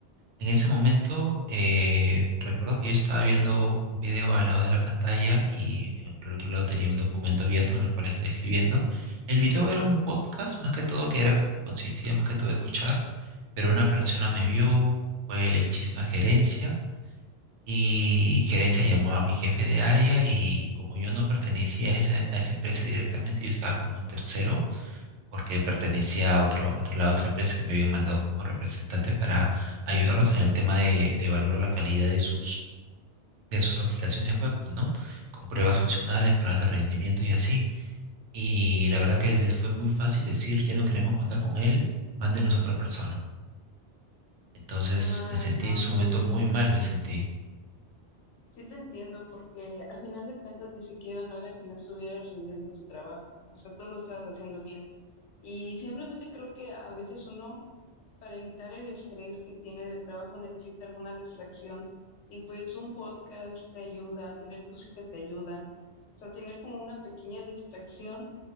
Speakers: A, on the right; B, on the left.
A: En ese momento, eh, recuerdo que yo estaba viendo un video al lado de la pantalla y en- por el otro lado tenía un documento abierto en el cual estaba escribiendo. El video era un podcast, más que todo, que era, consistía más que todo de escuchar, pero una persona me vio, fue el chisme a gerencia y gerencia llamó a mi jefe de área y como yo no pertenecía a esa, a esa empresa directamente, yo estaba como un tercero porque pertenecía a otro, a otro- la otra empresa que me habían mandado como representante para ayudarnos en el tema de, de evaluar la calidad de sus, de sus aplicaciones web, ¿no? Con pruebas funcionales, pruebas de rendimiento y así. Y la verdad que les fue muy fácil decir, ya no queremos contar con él, mándenos otra persona. Entonces
B: Ay,
A: me sentí
B: no,
A: en su
B: sí,
A: momento muy mal, me sentí.
B: sí te entiendo porque al final de cuentas ni siquiera no era que no estuvieras rindiendo en tu trabajo, o sea, todo lo estabas haciendo bien Y simplemente creo que a veces uno, para evitar el estrés que tiene del trabajo, necesita alguna distracción. Y pues un podcast te ayuda, tener música te ayuda. O sea, tener como una pequeña distracción